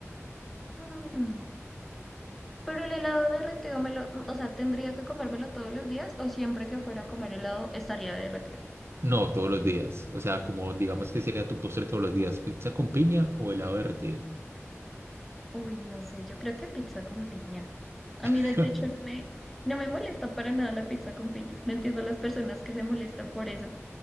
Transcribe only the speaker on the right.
No, todos los días. O sea, como digamos que sería tu postre todos los días, pizza con piña o helado derretido.
<laughs>